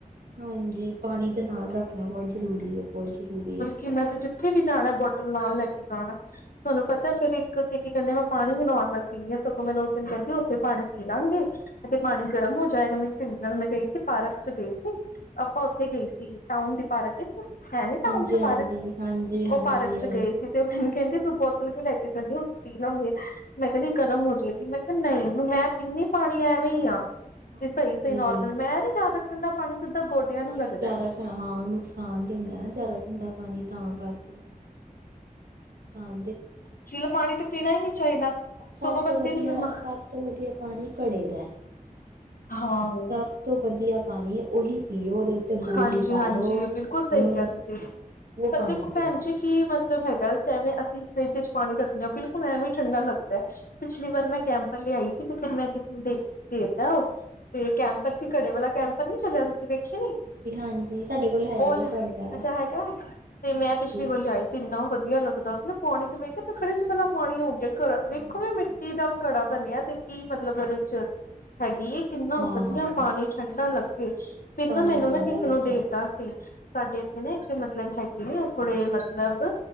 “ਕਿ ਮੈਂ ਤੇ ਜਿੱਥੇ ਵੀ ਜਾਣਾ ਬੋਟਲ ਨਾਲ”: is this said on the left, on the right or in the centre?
Left